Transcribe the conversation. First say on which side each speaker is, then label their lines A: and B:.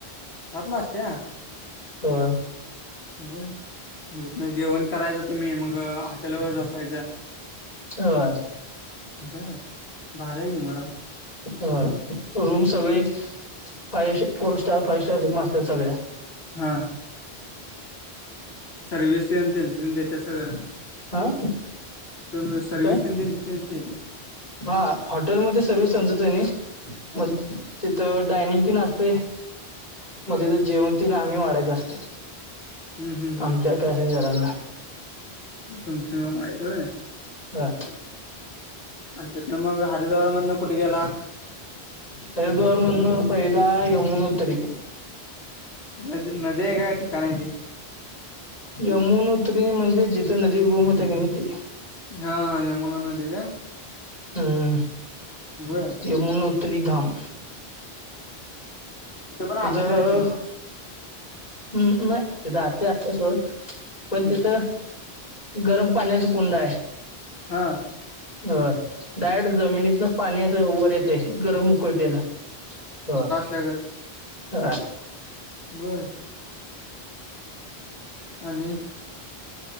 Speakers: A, on the left; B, on the left.
A: सातला असत्या?
B: होय.
A: बर म तिथनं जेवण करायचं तुम्ही मग हॉटेलवर झोपायचं.
B: होय.
A: बरं भारी आहे की म राव.
B: होय रूम सगळे फाय स four star, five star room असत्या सगळ्या.
A: हा. सर्व्हिस तेन त्याचं त्यांनी देत्यात सगळं.
B: हा
A: तुम्ही सर्व्हिस
B: काय
A: तेन त्यांची त्यांची?
B: हा हॉटेलमध्ये सर्व्हिस त्यांचं त्यांनी
A: हा
B: मग तिथं डायनिंग तेन असतय. मग
A: हम्म
B: तिथं जेवण तेन आम्ही वाढायच असतय
A: हम्म हम्म
B: आमच्या
A: हम्म
B: पॅसेंजरांना
A: तुमच तुम्हीच वाढायच होय
B: होय
A: आणि तिथन मग हरिद्वार मधनं कुठ गेला
B: हरिद्वार मधनं पहिला यमुनोत्री
A: मग नदी आहे का ठिकाणा आहेे ते
B: यमुनोत्री म्हणजे जिथ नदी उगम होते की नाही ते
A: हा हा यमुना नदी काय
B: हम्म
A: बर
B: यमुनोत्री धाम
A: तिथं पण
B: तिथं
A: आरतीच असशील
B: मं नाय तिथं आरती असत्या सोड
A: मग
B: पण तिथं गरम पाण्याचा कुंड आहे.
A: हा
B: होय डारेक्ट जमिनीतन पाणी असं वर येत ते गरम उकळत्याल, होय
A: लगत
B: हा
A: बरं आणि